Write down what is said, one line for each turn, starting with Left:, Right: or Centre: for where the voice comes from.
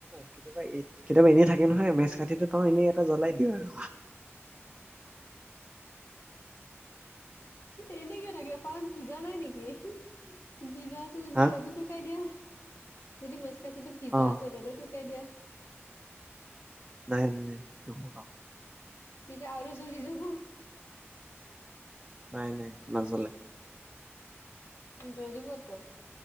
Right: কেতিয়াবা, কেতিয়াবা এনেই থাকে নহয় মেজ! কাঠিটো পাওঁ এনেই এটা জ্বলাই দিওঁ আৰু
Left: এনেকে থাকে ক, ভিজা নাই নেকি? ভিজা আছে যদি
Right: হা
Left: ৰ'দত শুকাই দিয়া। যদি ছাতিটো, ভিজা
Right: অ
Left: আছে ৰ'দত <unintelligible>
Right: নাই। নাই। <unintelligible>
Left: তেতিয়া আৰু জ্বলি যাব
Right: নাই নাই নজ্বলে।
Left: জ্বলিবতো